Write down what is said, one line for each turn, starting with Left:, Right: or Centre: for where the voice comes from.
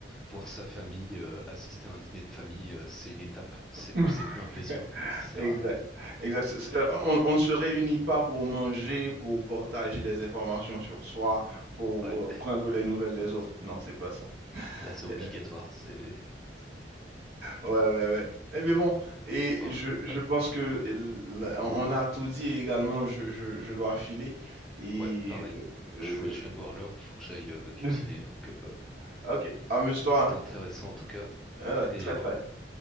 Centre: voir sa famille, euh, assister à un dîner de famille, euh, c'est une étape. C'est,
Right: <laughs>
Centre: c'est plus un plaisir. C'est
Right: Exact.
Centre: un,
Right: Exact. C'est- c'est- euh, On, on ne se réunit pas pour manger, pour partager des informations sur soi, pour
Centre: ouais,
Right: euh, prendre des nouvelles des autres. Non, c'est pas ça. <laughs>
Centre: là, c'est obligatoire. C'est, c'est-
Right: Ouais, ouais, ouais. Eh bien bon, et
Centre: oh,
Right: je, je
Centre: ouais,
Right: pense que l- on a tout dit et également je, je, je dois filer. Et
Centre: ouais, pareil.
Right: euh, euh,
Centre: Je, vois- je viens de voir l'heure. Faut que j'aille euh, cuisiner.
Right: <laughs>
Centre: Donc, euh,
Right: ok, amuse-toi,
Centre: c'était
Right: hein.
Centre: intéressant en tout cas.
Right: Ouais, ouais,
Centre: Et
Right: très très.
Centre: euh, ouais,